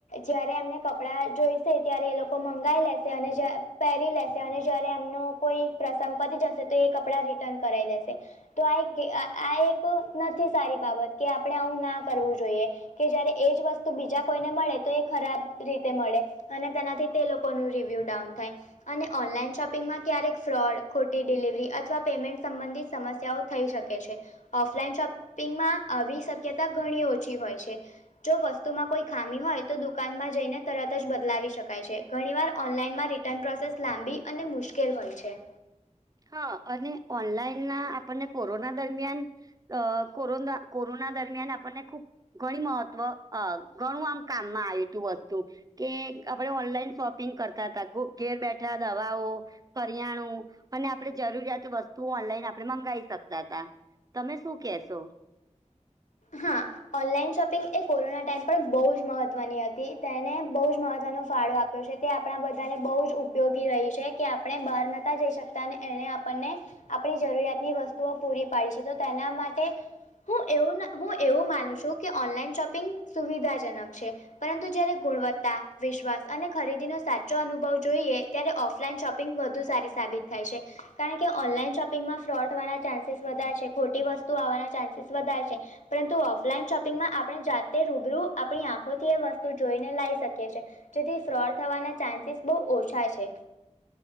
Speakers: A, on the left; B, on the right.
A: જયારે એમને કપડા જોઈશે ત્યારે એ લોકો મંગાવશે. લઈ લેશે અને પહેરી લેશે અને જયારે એમનો કોઈ પ્રસંગ પતી જશે તો એ કપડા રીટર્ન... રિટન કરાઈ દેશે. તો આ એક આ એક નથી સારી બાબત કે આપણે આવું ના કરવું જોઈએ. કે જયારે એજ વસ્તુ બીજા કોઈને મળે તો એ ખરાબ રીતે મળે અને તેનાથી તે લોકો... આપણું રિવ્યૂ ડાઉન થાય. અને ઓનલાઈન શોપિંગમાં ક્યારેક ફ્રોડ ખોટી ડિલિવરી અથવા પેમેન્ટ સંબંધિત સમસ્યાઓ... થઈ શકે છે. ઓફલાઈન શોપિંગમાં આવી શક્યતા ઘણી ઓછી હોય છે. જો વસ્તુમાં કોઈ ખામી હોય તો દુકાનમાં જઈને તરત જ બદલાવી શકાય છે. ઘણીવાર ઓનલાઈનમાં રિટર્ન પ્રોસેસ લાંબી અને મુશ્કેલ હોય છે.
B: હા અને ઓનલાઈન ના આપણને કોરોના દરમિયાન અ કોરોના... કોરોના દરમિયાન આપણને ખૂબ ઘણી મહત્વ અ ઘણું આમ કામમાં આયુ તું વસ્તુ... કે આપણે ઓનલાઈન શોપિંગ કરતા હતા. ઘેર બેઠા દવાઓ... કરિયાણું. અને આપણે જરૂરિયાતનું વસ્તુ ઓનલાઈન આપણે મંગાવી શકતા હતા તમે શું કેહેશો?
A: હા. ઓનલાઈન શોપિંગ એ કોરોના ટાઈમ પર બહુ જ મહત્વની હતી. તેણે બહુ જ મહત્વનો ફાળો આપ્યો. છે તે આપણા બધાને બહુ જ ઉપયોગી રહી છે કે આપણે બહાર નતા જઈ શકતા અને એણે આપણને... આપણી જરૂરિયાતની વસ્તુઓ પૂરી પાડી છે તો તેના માટે હું એવું ના... હું એવું માનું છું કે ઓનલાઈન શોપિંગ સુવિધાજનક છે. પરંતુ જયારે ગુણવત્તા, વિશ્વાસ અને ખરીદીનો સાચો અનુભવ જોઈએ. ત્યારે ઓફલાઈન શોપિંગ વધુ સારી સાબિત થાય છે કારણ કે ઓનલાઈન શોપિંગમાં ફ્રોડ થવાના ચાન્સીસ વધાર છે. ખોટી વસ્તુ આવવાના ચાન્સીસ વધાર છે. પરંતુ ઓફલાઈન શોપિંગમાં આપણે જાતે રૂબરૂ આપણી આંખોથી એ વસ્તુ જોઈને લાઈ શકીએ છીએ. જેથી ફ્રોડ થવાના ચાન્સીસ બઉ ઓછા છે.